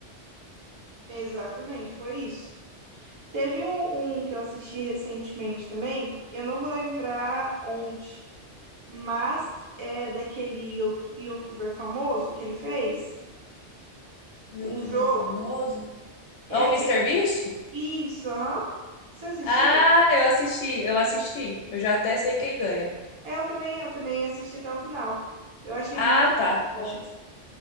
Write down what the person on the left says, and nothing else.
Um
Youtuber
famoso?
Ah, o Mister Beast?
Ah, eu assisti, eu assisti. Eu já até sei quem ganha.
Ah,
tá.
Acho que